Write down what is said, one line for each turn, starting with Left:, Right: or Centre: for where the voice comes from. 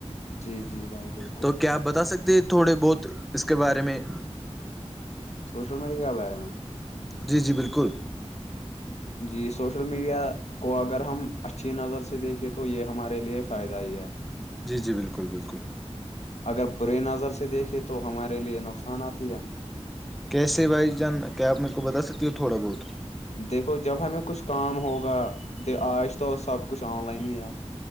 Left: جی جی بھائی بالکل
Centre: تو کیا آپ بتا سکتے ہیں تھوڑے بہت اس کے بارے میں
Left: سوشل میڈیا کے بارے میں
Centre: جی جی بالکل
Left: جی سوشل میڈیا کو اگر ہم اچھی نظر سے دیکھے تو یہ ہمارے لیے فائدہ ہی ہے
Centre: جی جی بالکل بالکل
Left: اگر برے نظر سے دیکھے تو ہمارے لیے نقصان آتی ہے
Centre: کیسے بھائی جان کیا آپ میرے کو بتا سکتی ہو تھوڑا بہت
Left: دیکھو جب ہمیں کچھ کام ہوگا د آج تو سب کچھ آن لائن ہی ہے